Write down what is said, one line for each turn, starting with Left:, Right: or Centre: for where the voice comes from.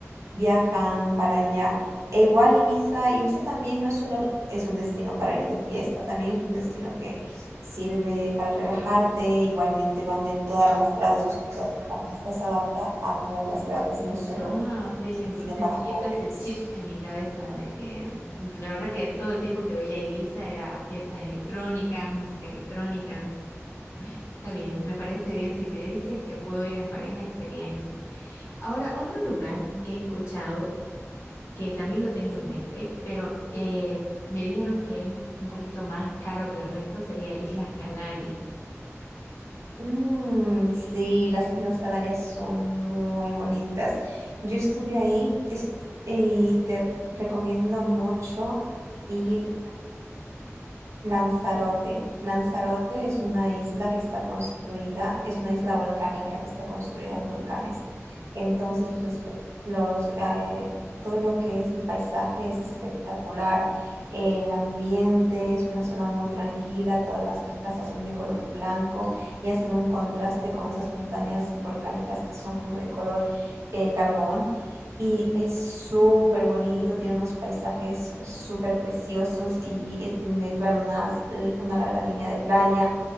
Right: viajan para allá. E igual Ibiza, Ibiza también no es solo es un destino para ir de fiesta, también es un destino que sirve para relajarte, igualmente van de todas las edades, o sea que la fiesta se adapta a todas las edades, no es solo
Left: Ah, ok,
Right: un
Left: entonces
Right: destino para
Left: me quito
Right: jóvenes.
Left: ese chip en mi cabeza de que la verdad que todo el tiempo que veía Ibiza era fiestas electrónicas, música electrónica. Está bien, me parece bien. Si me dices que puedo ir en pareja, excelente. Ahora, otro lugar que he escuchado, que también lo tengo
Right: ¿sí?
Left: en mente, pero eh, me dijeron que es un poquito más caro que el resto, sería Islas Canarias.
Right: Mm, sí, las Islas Canarias son muy bonitas. Yo estuve ahí est- y te recomiendo mucho ir Lanzarote. Lanzarote es una isla que está construida, es una isla volcánica que está construida en volcanes. Entonces, los, espe- los, eh, todo lo que es el paisaje es espectacular. El ambiente es una zona muy tranquila, todas las casas son de color blanco y hacen un contraste con esas montañas volcánicas que son como de color eh, carbón. Y es súper bonito, tiene unos paisajes súper preciosos y eh, tiene, claro, unas- l- una, larga línea de playa.